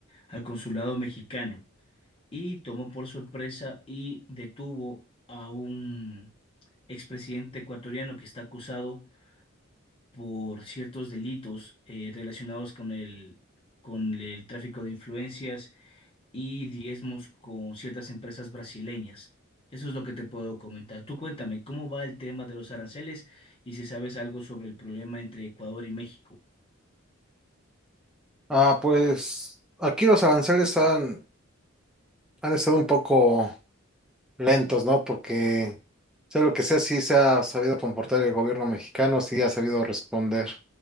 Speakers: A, on the left (about 25°); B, in the centre.
A: al consulado mexicano y tomó por sorpresa y detuvo a un expresidente ecuatoriano que está acusado por ciertos delitos eh, relacionados con el, con el tráfico de influencias y diezmos con ciertas empresas brasileñas. Eso es lo que te puedo comentar. Tú cuéntame, ¿cómo va el tema de los aranceles y si sabes algo sobre el problema entre Ecuador y México?
B: Ah, pues aquí los aranceles han, han estado un poco lentos, ¿no? Porque sea lo que sea, sí se ha sabido comportar el gobierno mexicano, sí ha sabido responder.